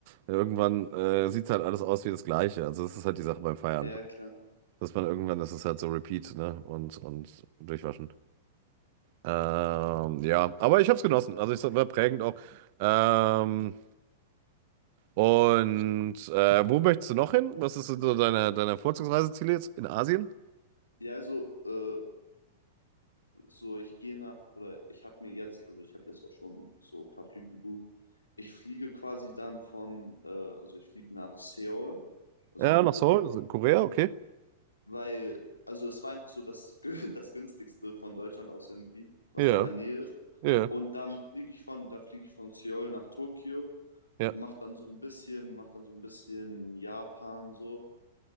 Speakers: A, on the right; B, on the left.
A: Irgendwann äh, sieht halt alles aus wie das Gleiche. Also, das ist halt die Sache beim Feiern.
B: Ja, ja, klar.
A: Dass man irgendwann, das ist halt so Repeat, ne? Und, und durchwaschen. Ähm, ja, aber ich habe es genossen. Also es war prägend auch. Ähm, und äh, wo möchtest du noch hin? Was ist so deine, deine Vorzugsreiseziele jetzt in Asien?
B: Ja, also, äh, so ich gehe nach, oder ich habe mir jetzt, also ich habe jetzt auch schon so ein paar Flüge gebucht. Ich fliege quasi dann von, äh, also ich fliege nach Seoul, also
A: Ja,
B: Südkorea,
A: nach Seoul, also in Korea, okay.
B: weil, also es war einfach so das, <laughs> das günstigste von Deutschland aus irgendwie, was
A: Ja,
B: da in der Nähe ist.
A: ja,
B: Und dann fliege ich von, dann fliege ich von Seoul nach Tokio
A: ja.
B: macht dann so ein bisschen, macht dann so ein bisschen Japan so.